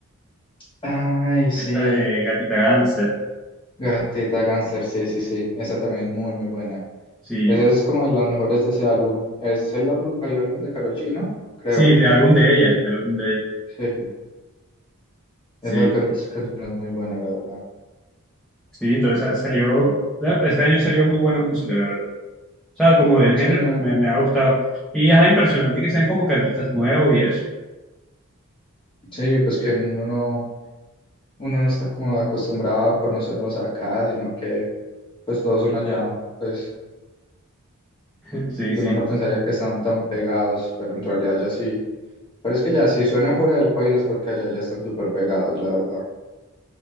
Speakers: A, on the left; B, in the centre.
A: Ay, sí.
B: Esta de Gatita Gangster.
A: Gatita Gangster, sí, sí, sí, esa también es muy, muy buena.
B: Sí,
A: Esa es como de las mejores de ese álbum. Es el, álbu- el álbum de Karol G, ¿no? Creo.
B: sí, de álbum de ella, de álbum de ella.
A: Sí,
B: Sí,
A: esa can- canción es muy buena, la verdad.
B: sí, entonces sa- salió, este año salió muy buena música, la verdad. O sea, como del
A: Sí,
B: género,
A: no,
B: me, me ha gustado. Y es impresionante que sean como que artistas nuevos y eso.
A: sí, pues que uno no, uno no está como acostumbrado a conocerlos acá, sino que pues todos son allá, pues
B: <laughs> Sí,
A: que
B: sí.
A: uno no pensaría que están tan pegados, pero en realidad ya sí. Pero es que ya, si suenan fuera del país es porque allá ya están súper pegados, la verdad.